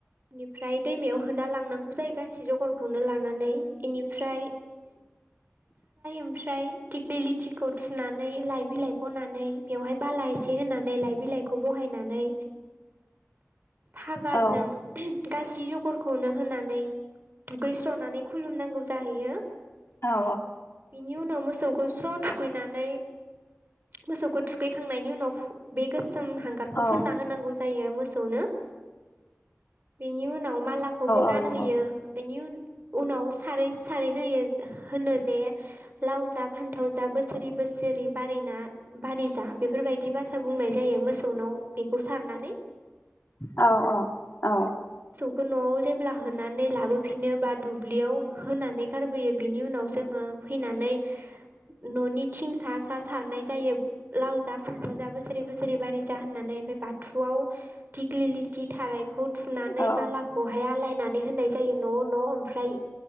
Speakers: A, on the right; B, on the left.
A: ओमफ्राय दैमायाव होना लांनांगौ जायो गासै जगर खौनो लानानै इनिफ्राय ओमफ्राय दिख्लि लथिखौ थुनानै लाइ बिलाइ बनानै बेवहाय बाला एसे होनानै लाइ बि बिलाइखौ बहायनानै
B: <inaudible>
A: फागाजों
B: औ
A: गासै जगरखौनो होनानै दुगैस्रनानै खुलुमनांगौ जाहयो।
B: औ
A: नि उनाव मोसौखौ स्र' थुखैनानै मोसौखौ थुखैखांनायनि उनाव बे गोसोम हांगारखौ
B: औ
A: फोनना होनांगौ जायो मोसौनो। बेनि उनाव मालाखौबो
B: औ
A: गानहोयो
B: नंगौ
A: बेनि उनाव सारै सारै होयो होनो जे लाव जा फान्थाव जा बोसोरै बोसोरै बारिना बारि जा बेफोरबायदि बाथ्रा बुं बुंनाय जायो मोसौनाव बेखौ सारनानै।
B: औ औ औ।
A: बेखौ न'आव जेब्ला होनानै लाबोफिनो बा दुब्लियाव होनानै गारबोयो बिनि उनाव जोङो फैनानै न'नि थिं सा सा सारनाय जायो लाव जा फान्थाव जा बोसोरै बोसोरै बारि जा होननानै। बि बाथुआव‌ दिग्लिलिथि थारायखौ‌ थुनानै
B: औ
A: मालाखौहाय आलाय नानै होनाय जायो न'न‌' ओमफाय